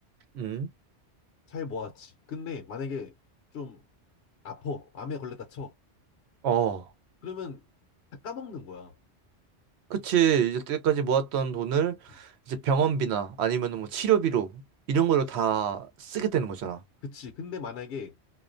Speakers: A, on the right (about 75°); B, on the left (about 70°).
A: 음.
B: 잘 모았지. 근데 만약에 좀 아파. 암에 걸렸다 쳐.
A: 어.
B: 그러면 다 까먹는 거야.
A: 그치. 이때까지 제 모았던 돈을
B: 음.
A: 이제 병원비나 아니면 뭐 치료비로 이런 걸로 다 쓰게 되는 거잖아.
B: 그치. 근데 만약에